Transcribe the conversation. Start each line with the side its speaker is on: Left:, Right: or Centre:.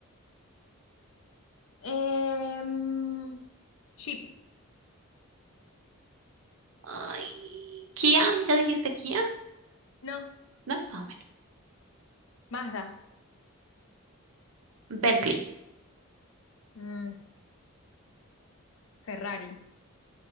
Left: Em, Jeep,
Right: Ay, Kia, ¿ya dijiste Kia?
Left: no.
Right: ¿No? Ah, bueno.
Left: Mazda,
Right: Bentley.
Left: Mm, Ferrari.